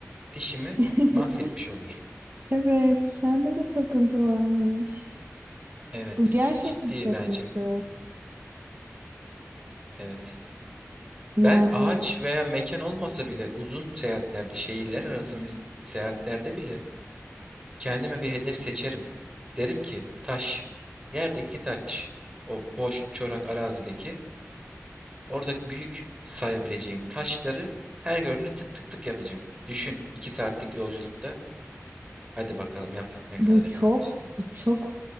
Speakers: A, on the right (about 20°); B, on the right (about 45°).
A: Dişimi
B: <laughs>
A: mahvetmiş oluyorum.
B: Evet, sende de takıntı varmış.
A: Evet,
B: Bu gerçek
A: ciddi
B: bir takıntı.
A: bence. Evet.
B: Yani
A: Ben ağaç veya mekan olmasa bile uzun seyahatlerde, şehirler arası mes- seyahatlerde bile kendime bir hedef seçerim. Derim ki taş, yerdeki taş, o boş çorak arazideki Oradaki büyük sayabileceğim taşları her gördüğümde tık tık tık yapacağım. Düşün, iki saatlik yolculukta. Hadi bakalım yap ne
B: bu
A: kadar
B: çok,
A: yapıyorsun.
B: bu çok